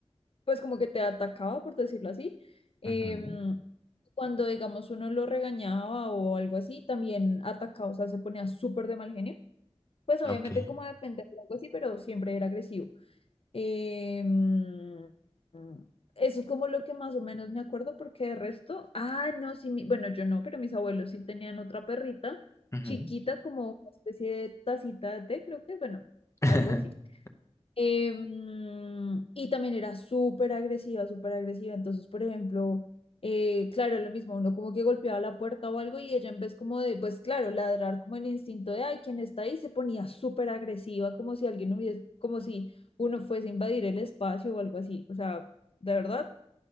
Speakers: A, on the left; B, on the left.
A: pues como que te atacaba, por decirlo así. Em,
B: ujú,
A: cuando, digamos, uno lo regañaba o algo así, también atacaba, o sea, se ponía súper de mal genio. Pues obviamente
B: ok,
A: como a defender o algo así, pero siempre era agresivo. Em, eso es como lo que más o menos me acuerdo, porque de resto, ah, no, sí, mi- bueno, yo no, pero mis abuelos sí tenían otra perrita
B: ujú.
A: chiquita, como una especie de tacita de té, creo que, bueno,
B: <laughs>
A: algo así. Em, y también era súper agresiva, súper agresiva. Entonces, por ejemplo, eh, claro, lo mismo, uno como que golpeaba la puerta o algo y ella en vez como de, pues claro, ladrar como el instinto de, ay, ¿quién está ahí? Se ponía súper agresiva, como si alguien hubiese, como si uno fuese a invadir el espacio o algo así. O sea, de verdad,